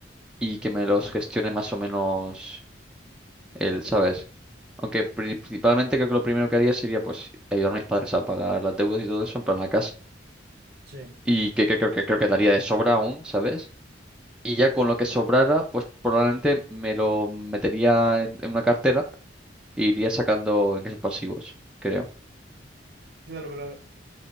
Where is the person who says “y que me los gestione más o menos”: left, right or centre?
Centre